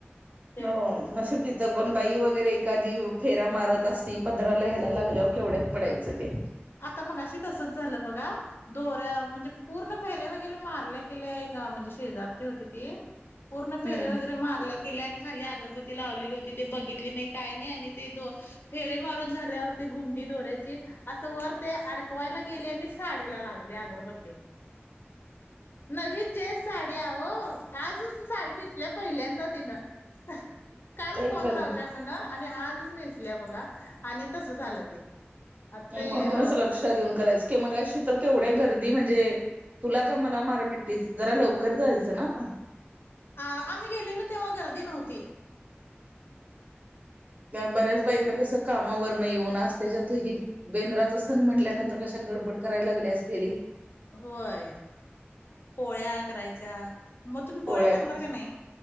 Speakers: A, on the left (about 60°); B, on the right (about 40°).
A: हाय.
B: हो नशिब तिथं कोण बाई वगैरे एखादी फेरा मारत असती पदराला ह्याला लागल्याव. केवढ्यात पडायचं ते.
A: आता मगाशी तसचं झालं बघा दोऱ्या म्हणजे पूर्ण फेऱ्या वगैरे मारल्या केल्या हां म्हणजे शेजारीच होती, ती पुर्ण
B: हम्म
A: फेरे वगैरे मारल्या. केल्या आणि खाली अगरबती लावलेली होती, ते बघितली नाही काय नाही आणि ते दो फेरे मारून झाल्यावरती गुंडी दोर्याची अस- वर ते आडकवायला गेले आणि साडीला लागले अगरबत्तीत. नवीन चेस साडी आहो आजच साडी नेसल्या पहिल्यांदा तिनं. <unintelligible> काल
B: काही
A: फोन
B: खरं
A: लावलाय म्हणा आणि आजच नेसल्या बघा आणि तसं झालं ते. आता
B: ताई
A: ते
B: म्हणूनच लक्ष देऊन करायचं की, मगशी तर- केवढ्या गर्दी म्हणजे तुला का मला मारामट्टीच जरा लवकर जायचं ना आपण.
A: हां आम्ही गेलेलो तेव्हा गर्दी नव्हती.
B: कारण बऱ्याच बायका कसं कामावरन येऊन आज त्याच्यात ही बेंदराचा सण म्हटल्यानंतर कशा गडबड कराय लागलेय असतेली
A: होय पोळ्या करायच्या मग तुम्ही
B: पोळ्या
A: करणार
B: करायच्या
A: का नाही?